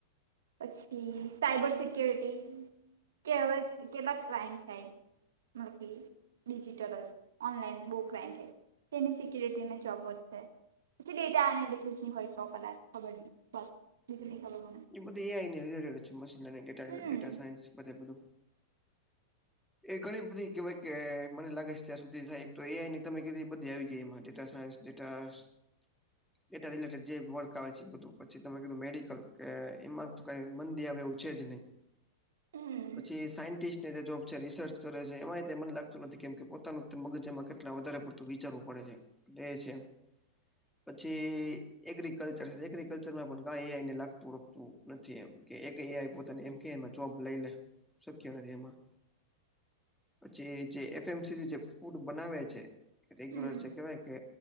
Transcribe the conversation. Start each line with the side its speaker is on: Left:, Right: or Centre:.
Right: પછી સાયબર સિક્ય્યોરિટી કે હવે કેવા ક્રાયમ થાય. મ થી ડિજિટલઅ જ ઓનલાઈન બુક રઇન્ન્ટે તેની સિક્યુરીટી ને જોબ વધશે. પ ડેટ એનિસિસ ન હોય છે કડા ખબર ન બસીજ <inaudible> નની ખબર મને
Centre: એ બધુ એઆઈ રટેડ છે, મશીનેટા
Right: હમ
Centre: ડેટા સાયન્સ બધુ એ ઘણી બધી કહેવાય કે મને લાગે છે, ત્યાં સુધી થાય તો એઆઈ ની તમે કીધી. એ બધી આવી ગઈ એમાં ડેટા સાયન્સ ડેટાશ. ડેટા રિલેટેડ જે વર્ક આવે છે, બધું પછી તમે કીધું. મેડિકલ કે એમાં તો કાઈ મંદી આવે એવું છે જ નહી.
Right: હમ
Centre: પછી સાયન્ટિસ્ટ ત્યાં જે જોબ છે રિસર્ચ કરે છે એમાં મને લાગતું નથી, કેમ કે પોતાનું મગજમાં કેટલા વધારે પડતું વિચારવું પડે છે. એ છે એમ. પછી એગ્રીકલ્ચર, એગ્રીકલ્ચરમાં પણ કાય એઆઈ ને લાગતુ થોડુક તું નથી એમ કે એક એઆઈ પોતાને એમ કે જોબ લઈ લે. શક્ય નથી એમાં પછી જે એફ એમસી જે ફૂડ બનાવે છે. કે રેગ્યુલર
Right: હમ
Centre: જે કહેવાય કે